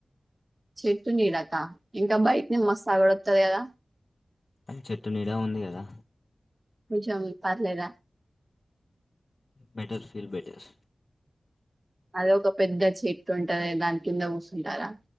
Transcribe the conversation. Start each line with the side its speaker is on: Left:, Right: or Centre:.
Right: చెట్టు నీడక? ఇంక బయట్నే మస్త్ అగడోత్ త్తది గదా
Left: కన్ చెట్టు నీడ ఉంది కదా?
Right: కొంచెం పర్లేద?
Left: Better feel better.
Right: అదే ఒక పెద్ద చెట్టుంటది, దాని కింద కూసుంటరా?